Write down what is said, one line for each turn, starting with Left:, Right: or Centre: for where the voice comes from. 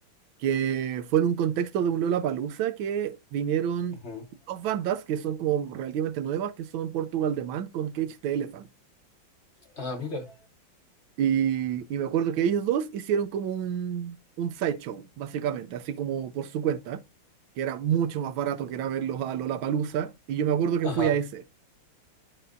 Right: que fue en un contexto de un Lollapalooza que vinieron
Left: ujú.
Right: dos bandas que son como relativamente nuevas, que son Portugal The Man con Cage the Elephant.
Left: Ah, mira.
Right: Y, y me acuerdo que ellos dos hicieron como un, un sideshow, básicamente, así como por su cuenta, que era mucho más barato que era verlos a Lollapalooza. Y yo me acuerdo que
Left: Ajá,
Right: fui a ese.